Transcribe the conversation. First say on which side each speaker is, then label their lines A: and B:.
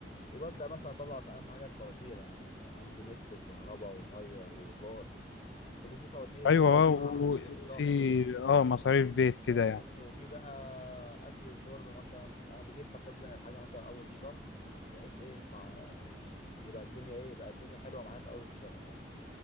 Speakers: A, on the left; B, on the left.
A: وببدا مثلا اطلع اهم حاجه الفواتير يعني عندي نت وكهرباء وميه وايجار كل دي فواتير
B: ايوه
A: لازم ادفعها
B: وفي
A: كل شهر
B: اه مصاريف بيت كده
A: فاهمني
B: يعني
A: وفي بقى اكل وشرب مثلا انا بجيب بخزن الحاجه مثلا اول الشهر بحيث ايه مع يبقى الدنيا ايه يبقى الدنيا حلوه معايا في اول الشهر يعني